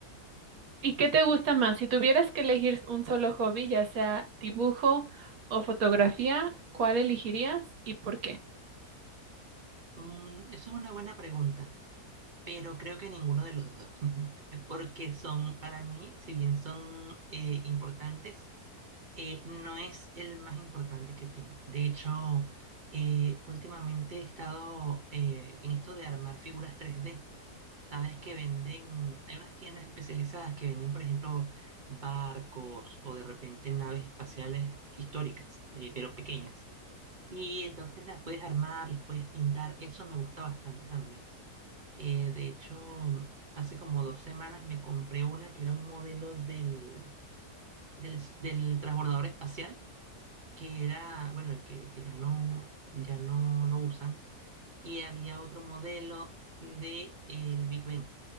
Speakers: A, on the right; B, on the right.
A: ¿Y qué te gusta más? Si tuvieras que elegir un solo hobby, ya sea dibujo o fotografía, ¿cuál elegirías y por qué?
B: Mm, eso es una buena pregunta, pero creo que ninguno de los dos, <laughs> porque son, para mí, si bien son eh, importantes, eh, no es el más importante que tengo. De hecho, eh, últimamente he estado eh, en esto de armar figuras tres d Sabes que venden, hay unas tiendas especializadas que venden, por ejemplo, barcos o de repente naves espaciales históricas, eh, pero pequeñas. Y entonces las puedes armar, las puedes pintar, eso me gusta bastante también. Eh, de hecho, hace como dos semanas me compré una que era un modelo del, del, del transbordador espacial, que era, bueno, el que, el que ya no, ya no lo usan, y había otro modelo de el Big Ben